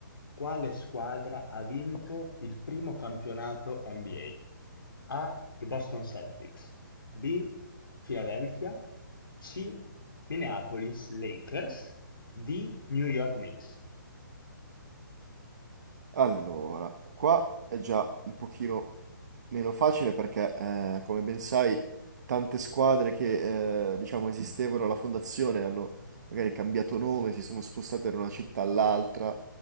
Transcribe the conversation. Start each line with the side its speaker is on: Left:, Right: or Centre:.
Left: Quale squadra ha vinto il primo campionato NBA? A. A. I Boston Celtics, B. Philadelphia, C. Minneapolis Lakers, D. New York Knicks.
Right: Allora, qua è già un pochino... Meno facile perché, eh, come ben sai, tante squadre che, eh, diciamo, esistevano alla fondazione hanno magari cambiato nome, si sono spostate da una città all'altra,